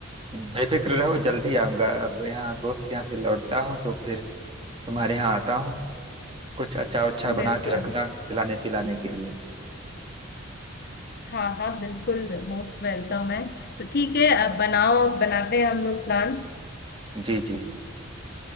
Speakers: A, on the right; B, on the left.
A: बेफिक्र रहो जल्दी आऊंगा अब यहाँ दोस्त के यहाँ से लौटता हूँ तो फिर तुम्हारे यहाँ आता हूँ कुछ अच्छा अच्छा बना
B: बिल्कुल
A: के रखना खिलाने पिलाने के लिए
B: हाँ हाँ बिल्कुल मोस्ट वेलकम है तो ठीक है अब बनाओ अब बनाते हैं हम लोग प्लान
A: जी जी